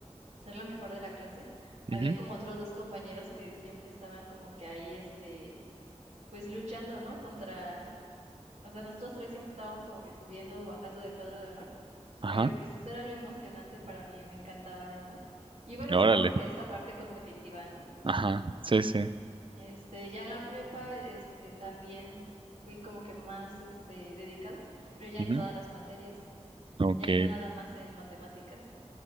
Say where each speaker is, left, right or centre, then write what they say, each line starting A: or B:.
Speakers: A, on the right; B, on the right.
A: ser la mejor de la clase,
B: ujú,
A: había como otros dos compañeros que siempre estaban como que ahí, este, pues luchando, ¿no? Contra, o sea, nosotros tres siempre estábamos como que subiendo o bajando del cuadro de honor,
B: Ajá,
A: pero pues eso era lo emocionante para mí, me encantaba, ¿eh, ¿no? Y bueno,
B: órale.
A: supongo que esa parte competitiva, ¿no?
B: Ajá, sí, sí.
A: Este, ya en la prepa, este, también fui como que más, este, dedicada, pero ya
B: ujú,
A: en todas las materias,
B: Ok,
A: ya y no nada más en matemáticas.